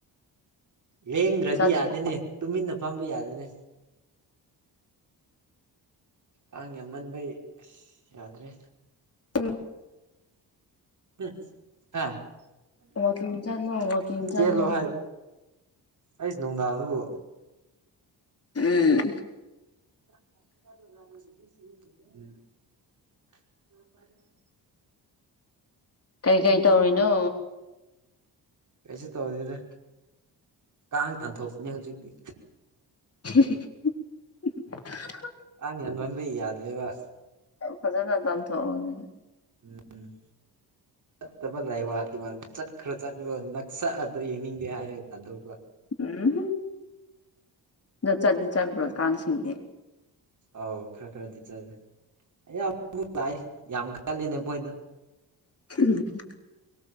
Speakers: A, on the right; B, on the left.
A: ꯂꯦꯡꯗ꯭ꯔꯗꯤ
B: ꯆꯠ
A: ꯌꯥꯗꯦꯅꯦ ꯇꯨꯃꯤꯟꯅ ꯐꯝꯕ ꯌꯥꯗꯦꯅꯦ ꯀꯥꯡ ꯌꯥꯝꯃꯟꯕꯩ ꯑꯁ ꯌꯥꯗ꯭ꯔꯦ
B: ꯍꯜꯂꯣ
A: ꯎꯝ ꯍꯥ ꯑꯗꯨꯗꯣ
B: ꯋꯥꯛꯀꯤꯡ
A: ꯕꯣ ꯈꯔꯥ
B: ꯆꯠꯂꯣ ꯋꯥꯛꯀꯤꯡ ꯆꯠꯂꯣ
A: ꯆꯜꯂꯣ ꯍꯥꯏ ꯑꯩ ꯅꯨꯡꯗꯥꯡꯗꯕꯨ
B: ꯎꯝ
A: <unintelligible>
B: ꯀꯩꯀꯩ ꯇꯧꯔꯤꯅꯣ
A: ꯀꯩꯁꯨ ꯇꯧꯗꯦꯗ ꯀꯥꯡ ꯇꯥꯟꯊꯣꯛꯄꯅꯤ ꯍꯧꯖꯤꯛꯇꯤ
B: <unintelligible>
A: ꯑꯥꯡ ꯌꯥꯃꯟꯕꯩ ꯌꯥꯗ꯭ꯔꯦꯕ
B: ꯐꯖꯅ ꯇꯥꯟꯊꯣꯛꯑꯣ ꯑꯗꯨꯗꯤ
A: ꯎꯝ ꯐꯠꯇꯕ ꯂꯥꯏꯋꯥ ꯇꯤꯟꯋ ꯆꯠꯈ꯭ꯔꯣ ꯆꯠꯂꯣ ꯅꯁꯛꯑꯗꯣ ꯌꯦꯡꯅꯤꯡꯗꯦ ꯍꯥꯏꯔꯒ ꯇꯥꯟꯊꯣꯛꯄ
B: ꯎꯝ ꯗꯣ ꯆꯠꯇꯤ ꯆꯠꯄ꯭ꯔꯣ ꯀꯥꯡꯁꯤꯡꯗꯤ
A: ꯑꯧ ꯈꯔ ꯈꯔꯗꯤ ꯆꯠꯂꯤ ꯌꯥꯝ ꯃꯨꯛ ꯂꯥꯛꯑꯦ ꯌꯥꯝ ꯀꯜꯂꯤꯅꯦ ꯃꯣꯏꯗꯣ
B: <unintelligible>